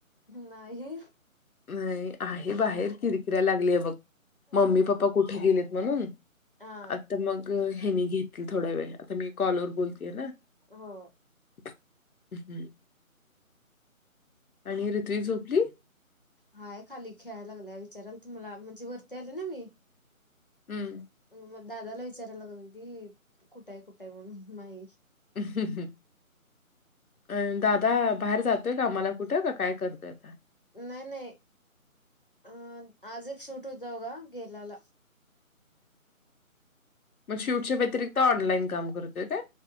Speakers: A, on the left; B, on the left.
A: नाही
B: नाही आहे बाहेर किरकिरा लागले बघ
A: हा
B: मम्मी पप्पा कुठे गेलेत म्हणून.
A: हा
B: आता मग हेनी घेतील थोडा वेळ आता मी कॉलवर बोलतेय ना.
A: हो
B: <unintelligible> आणि रित्वी झोपली!
A: हाय खाली खेळायला लागला विचाराला त मला म्हणजे वरती आली ना मी
B: हम्म
A: मग दादाला विचारायला लागल की कुठ आहे कुठं आहे म्हणून माही
B: ह ह <unintelligible> अं दादा बाहेर जातोय कामाला कुठं का काय करतोय आता
A: नाही नाही अं आज एक शूट होत होघ गेल्याला
B: मग शूटच्या व्यतिरिक्त ऑनलाईन काम करतय का